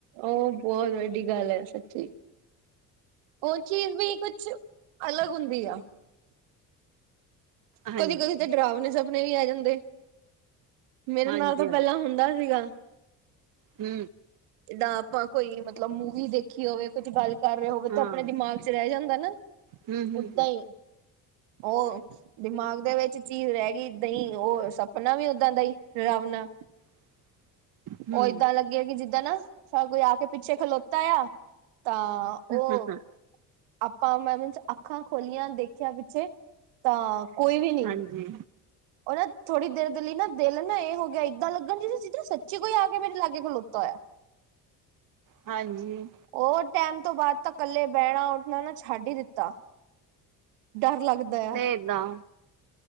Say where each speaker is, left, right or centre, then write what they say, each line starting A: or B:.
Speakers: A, on the right; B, on the right.
A: ਉਹ ਬਹੁਤ ਵੱਡੀ ਗੱਲ ਹੈ ਸੱਚੀ। ਉਹ ਚੀਜ਼ ਵੀ ਕੁਛ ਅਲੱਗ ਹੁੰਦੀ ਆ।
B: ਹਾਂਜੀ,
A: ਕਦੀ- ਕਦੀ ਤਾਂ ਡਰਾਵਣੇ ਸਪਨੇ ਵੀ ਆ ਜਾਂਦੇ। ਮੇਰੇ
B: ਹਾਂਜੀ,
A: ਨਾਲ ਤਾਂ ਪਹਿਲਾਂ ਹੁੰਦਾ ਸੀਗਾ।
B: ਹੂ
A: ਦਾਂ ਆਪਾਂ ਕੋਈ ਮਤਲਬ ਮੂਵੀ ਦੇਖੀ। ਕੀ ਹੋਵੇ ਕੁੱਝ ਗੱਲ ਕਰ ਰਹਾ ਹੋਵੇ
B: ਹਾਂ
A: ਤਾਂ ਆਪਣੇ ਦਿਮਾਗ ਚ' ਰਹਿ ਜਾਂਦਾ ਨਾ
B: ਹੂੰ, ਹੂੰ,
A: ਓਦਾਂ ਹੀ। ਉਹ ਦਿਮਾਗ ਦੇ ਵਿੱਚ ਚੀਜ਼ ਰਹਿ ਗਈ ਦਹੀਂ ਉਹ ਸਪਨਾ ਵੀ ਓਦਾਂ ਦਾ ਹੀ ਡਰਾਵਣਾ।
B: <inaudible> ਹੂੰ,
A: ਉਹ ਏਦਾਂ ਲੱਗੇ ਆ ਕਿ ਜਿੱਦਾਂ ਨਾ, ਸਾਰ ਕੋਈ ਆ ਕੇ ਪਿੱਛੇ ਖਲੋਤਾ ਆ। ਤਾਂ
B: ਹਾ-ਹਾ
A: ਉਹ ਆਪਾਂ ਮੈਂਨ ਅੱਖਾਂ ਖੋਲੀਆਂ ਦੇਖਿਆ ਪਿੱਛੇ ਤਾਂ ਕੋਈ ਵੀ ਨੀ
B: ਹਾਂਜੀ।
A: ਉਹ ਨਾ ਥੋੜ੍ਹੀ ਦੇਰ ਦੇ ਲਈ ਨਾ ਦਿਲ ਨਾ ਇਹ ਹੋ ਗਿਆ ਇਏਦਾਂ ਲੱਗਣ ਜ ਚਾਂ ਸੱਚੀ ਕੋਈ ਆ ਕੇ ਮੇਰੇ ਲਾਗੇ ਖਲੋਤਾ ਹੋਇਆ।
B: ਹਾਂਜੀ।
A: ਉਹ ਟੈਮ ਤੋਂ ਬਾਅਦ ਤਾਂ ਇਕੱਲੇ ਬਹਿਣਾ- ਉੱਠਣਾ ਨਾ ਛੱਡ ਹੀ ਦਿੱਤਾ। ਡਰ ਲੱਗਦਾ ਆ।
B: ਕਿੱਦਾਂ